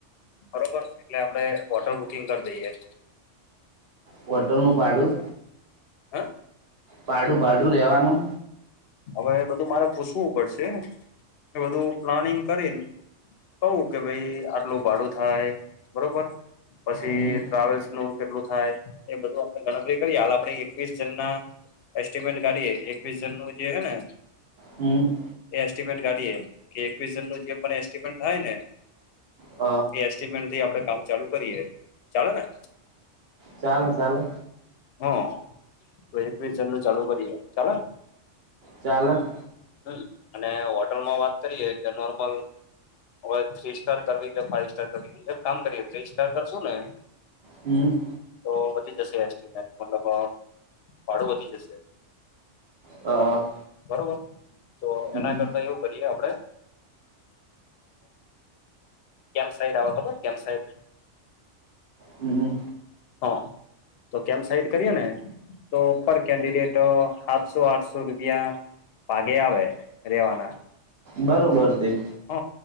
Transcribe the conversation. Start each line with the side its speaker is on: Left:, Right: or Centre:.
Left: બરોબર એટલે આપડે હોટલ બુકિંગ કરી દઈએ
Right: હોટલનું ભાડું
Left: હ
Right: ભાડું ભાડું રહેવાનું
Left: હવે બધું મારે પૂછવું પડશે કે બધું પ્લાનિંગ કરીને કવું કે ભાઈ આટલું ભાડું થાય બરોબર પછી
Right: હમ
Left: ટ્રાવેલ્સ નું કેટલું થાય એ બધું આપડે ગણતરી કરીએ હાલ આપડે એકવીસ જન ના એસ્ટિમેટ કાઢએ એકવીસ જન નું જે હે ને
Right: હમ્મ.
Left: એ એસ્ટિમેટ કાઢીએ કે એકવીસ જન ન જે પણ એસ્ટિમેટ થાય ને
Right: હ
Left: એ એસ્ટિમેટથી આપડે કામ ચાલુ કરીએ ચાલે ને
Right: ચાલે ચાલે
Left: હા તો એકવીસ જન નું ચાલુ કરીએ ચાલેને
Right: ચાલે
Left: હમ્મ અને હોટલમાં વાત કરીએ કે નોર્મલ હવે થ્રી સ્ટાર કરવી કે ફાઈવ સ્ટાર કરવી એક કામ કરીએ થ્રી સ્ટાર કરશું ને
Right: હમ્મ.
Left: તો વધી જશે એસ્ટિમેટ મતલબ ભાડું વધી જશે
Right: હ
Left: બરોબર તો
Right: હમ
Left: એના કરતા એવું કરીએ આપડે કેમ સાઈડ આવ ખબર કેમ સાઈડ
Right: હમ્મ હમ્મ
Left: હા તો કેમ સાઈડ કરીએ ને તો ઉપર કેન્ડિડેટ સાતસો આઠસો રૂપિયા ભાગે આવે રેવાના
Right: બરોબર તે
Left: હ